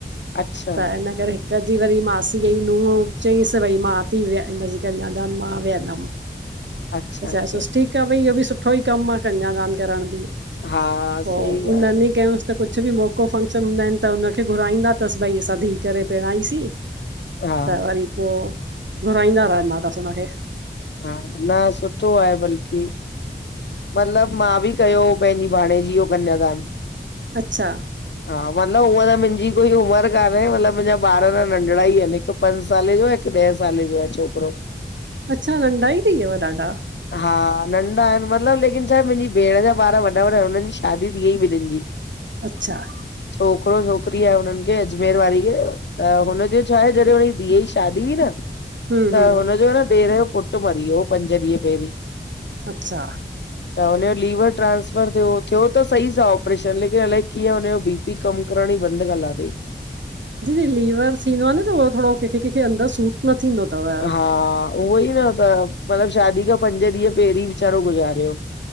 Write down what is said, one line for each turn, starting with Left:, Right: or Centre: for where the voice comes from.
Left: अच्छा
Right: त इन करे तदहिं वरी मासीअ ज़ी नूंह चयईंसि त भई मां थी विया हिननजी कंयादान मां वेहंदमि।
Left: अच्छा
Right: असां
Left: अच्छा
Right: चयसि ठीकु आ भई इहो बि सुठो ई कमु आ कन्यादान करण बि
Left: हा
Right: पोइ
Left: सही ॻाल्हि
Right: उनन
Left: आहे
Right: ही कय‌ऊंस त कुझु कुझु बि मौक़ो फंक्शन हूंदा आहिनि त हुनखे घुराईंदा अथसि भई असां धीअ करे पहिरणाईसीं
Left: हा
Right: त वरी पोइ घुराईंदा रहंदा अथसि हुनखे
Left: हा न सुठो आहे बल्कि। मतिलब मां बि कयो हो पंहिंजी भाणे जी ज़ो कन्यादान।
Right: अच्छा।
Left: हा मतिलबु हुअ त मुंहिंजी कोई उमरि कान्हे मतिलबु मुंहिंजा ॿार त नंढिड़ा ई आहिनि हिकु पंज साले जो आ, हिकु ॾहे साले जो आ छोकरो।
Right: अच्छा नंढा ई थी वयव ॾाढा।
Left: हा नंढा आहिनि मतिलबु लेकिन छाहे मुंहिंजी भेण जा ॿार वॾा वॾा आहिन हुननि जी शादी थी वई ॿिनहिनि जी।
Right: अच्छा।
Left: छोकिरो छोकिरी आहे हुननि खे अजमेर वारी खे त हुनजो छा आहे जॾहिं हुनजी धीअ जी शादी हुई न त
Right: हम्म हम्म
Left: हुनजो न ॾेर जो पुटु पुट मरी वियो पंज ॾींहं पहिरीं।
Right: अच्छा।
Left: त हुनजो लीवर ट्रांसफर थियो, थियो त सही सां ऑपरेशन लेकि कि अलाए कींअ हुनज़ो बी पी कम करण ई बंद करे लाथयीं।
Right: दीदी लीवर थींदो आ न त उहो थोरो कंहिंखे कंहिंखे अंदरु सूट न थींदो थव।
Left: हा उहो ई न त मतिलबु शादी खां पंज ॾींहं पहिरीं विचारो गुज़ारे वयो